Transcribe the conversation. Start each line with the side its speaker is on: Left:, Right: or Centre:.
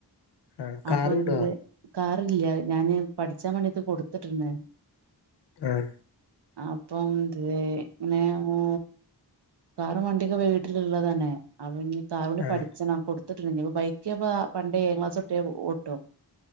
Left: ആഹ് കാറ്
Right: അപ്പൊ <unintelligible>
Left: വിടോ
Right: കാറ്ല്ല്യ ഞാന് പഠിച്ചാമാണ്ട്യക്കെ കൊട്ത്ത്ട്ട്ണ്‌
Left: ആഹ്
Right: അപ്പം തെ ഇങ്ങനെ ഹ് കാറും വണ്ട്യേക്കെ വീട്ടില്ള്ളതന്നെ അപ്പ ഇഞ്ഞ് കാറൂടിം
Left: ആഹ്
Right: പഠിച്ചണം കൊട്ത്ത്ട്ട്ണ്‌ ഇഞ്ഞ്പ്പം ബൈക്ക്പ്പ ഞാൻ പണ്ട് ഏഴാം ക്ലാസൊട്ടെ ഓട്ടും